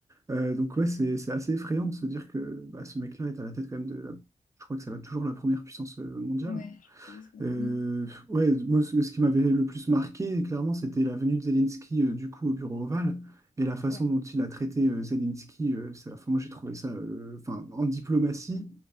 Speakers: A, on the right; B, on the left.
A: Euh, donc ouais, c'est, c'est assez effrayant de se dire que bah, ce mec-là est à la tête quand même de la, je crois que ça va toujours la première puissance euh, mondiale.
B: Ouais, je pense. Ouais.
A: Euh,
B: Mm.
A: ouais, moi, ce, ce qui m'avait le plus marqué, clairement, c'était la venue de Zelensky, euh, du coup, au bureau ovale et la façon
B: Ouais.
A: dont il a traité euh, Zelensky. euh, ça- enfin, moi, j'ai trouvé ça, euh, enfin, en diplomatie